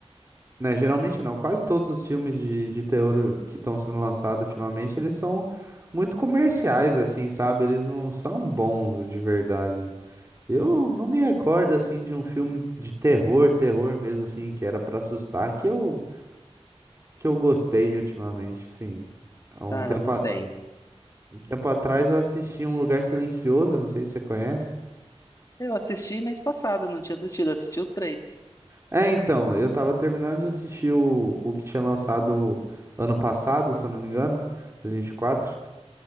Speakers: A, on the right; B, on the left.
A: Né, geralmente não. Quase todos os filmes de, de terror que estão sendo lançados ultimamente, eles são muito comerciais, assim, sabe? Eles não são bons de verdade. Eu não me recordo, assim, de um filme de terror, terror mesmo, assim, que era pra assustar, que eu, que eu gostei ultimamente, sim. Há um
B: Cara,
A: tempo,
B: não
A: a-
B: tem.
A: um tempo atrás eu assisti Um Lugar Silencioso, não sei se você conhece.
B: Eu assisti mês passado, não tinha assistido, eu assisti os três.
A: É, então, eu tava terminando de assistir o, o que tinha lançado ano passado, se eu não me engano, 2024.